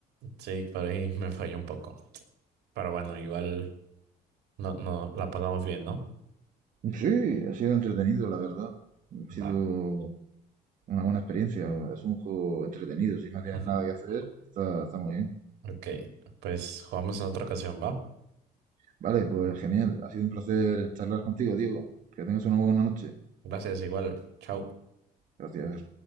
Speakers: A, on the right; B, on the right.
A: Sí, por ahí me falló un poco. Pero bueno, igual no, no la pasamos bien, ¿no?
B: Sí, ha sido entretenido, la verdad. Ha sido
A: Va.
B: una buena experiencia. Es un juego entretenido. Si no tienes
A: <laughs>
B: nada que hacer, está, está muy bien.
A: Ok, pues jugamos en otra ocasión, ¿va?
B: Vale, pues genial. Ha sido un placer charlar contigo, Diego. Que tengas una buena noche.
A: Gracias, igual. Chao.
B: Gracias.